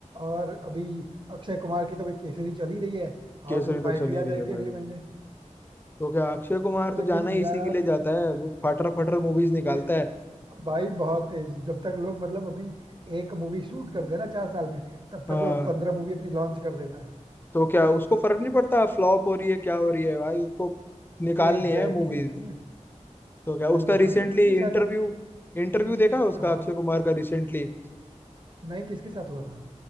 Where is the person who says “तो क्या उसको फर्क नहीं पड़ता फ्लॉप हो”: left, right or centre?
Left